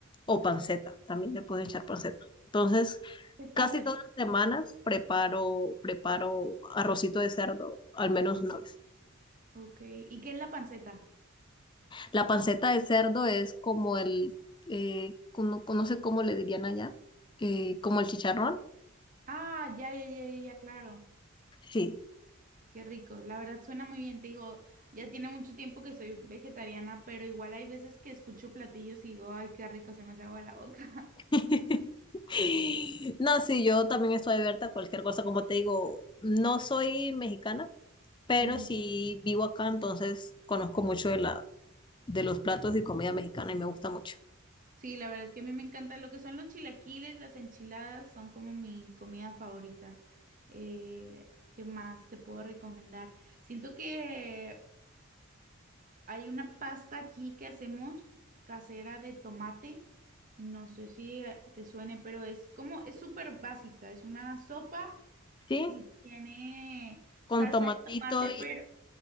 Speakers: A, on the left; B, on the right.
A: o
B: ok.
A: panceta,
B: ¿Qué
A: también le pueden echar panceta. Entonces
B: es
A: casi
B: panceta?
A: todas las semanas preparo, preparo arrocito de cerdo al menos una vez.
B: Ok, ¿y qué es la panceta?
A: La panceta de cerdo es como el, eh, no, no sé cómo le dirían allá, eh, como el chicharrón.
B: Ah, ya, ya, ya, ya, ya, claro.
A: Sí.
B: Qué rico, la verdad suena muy bien, te digo, ya tiene mucho tiempo que soy vegetariana, pero igual hay veces que escucho platillos y digo, ay, qué rico, se me hace agua la boca.
A: <laughs> No, sí, yo también estoy abierta a cualquier cosa, como te digo, no soy mexicana.
B: <laughs>
A: pero
B: Ujú.
A: si vivo acá, entonces conozco mucho de la, de los platos y comida mexicana y me gusta mucho.
B: Sí, la verdad que a mí me encanta lo que son los chilaquiles, las enchiladas, son como mi comida favorita. Eh, ¿qué más te puedo recomendar? Siento que hay una pasta aquí que hacemos casera de tomate, no sé si eh, te suene, pero es como, es súper básica, es una sopa.
A: Sí,
B: Y tiene
A: con
B: salsa
A: tomatito
B: de tomate,
A: y...
B: pero,